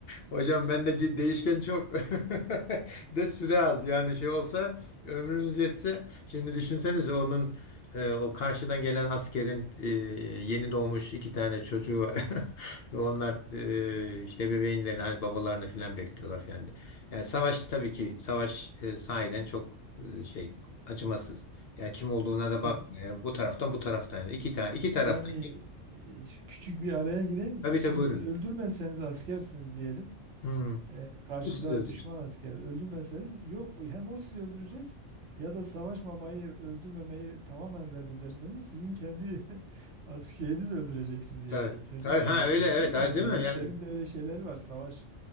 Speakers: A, on the left; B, on the right.
A: hocam bendeki değişken çok <laughs> de süre az yani şey olsa ömrümüz yetse şimdi düşünsenize onun e, o karşıdan gelen askerin e, yeni doğmuş iki tane çocuğu var <laughs> ve onlar e, işte bebeğinlerini hani babalarını falan bekliyorlar falan yani savaş tabii ki savaş e, sahiden çok e, şey acımasız. Ya kim olduğuna da
B: İşte
A: bakma. ya. Bu taraftan bu taraftan. Yani. İki tane iki taraftaki.
B: yani e, şu küçük bir araya gireyim.
A: Tabii
B: Şimdi
A: tabii buyurun.
B: siz öldürmezseniz askersiniz diyelim.
A: Hmm,
B: E, karşıda
A: bu sizi öldürecek.
B: düşman askeri öldürmezseniz yok o- hem o sizi öldürecek ya da savaşmamayı öldürmemeyi tamamen reddederseniz sizin kendi <laughs> askeriniz öldürecek sizi yani
A: Tabii.
B: kendi
A: Tabii,
B: devletiniz
A: ha öyle evet
B: değil
A: ha,
B: mi? Hani
A: değil
B: devletlerin
A: mi? Yani
B: de öyle şeyleri var savaş